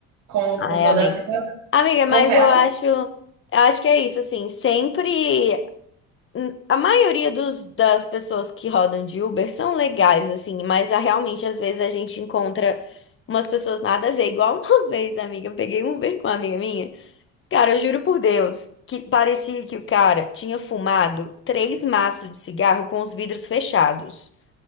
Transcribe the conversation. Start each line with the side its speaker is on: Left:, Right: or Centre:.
Right: com,
Left: Ai,
Right: com toda
Left: amiga.
Right: a situação.
Left: Amiga, mas
Right: Confesso.
Left: eu acho, eu acho que é isso, assim, sempre hum, a maioria dos, das pessoas que rodam de Uber são legais, assim, mas ah, realmente às vezes a gente encontra umas pessoas nada a ver, igual uma <laughs> vez, amiga, eu peguei um Uber com uma amiga minha. Cara, eu juro por Deus, que parecia que o cara tinha fumado três maços de cigarro com os vidros fechados.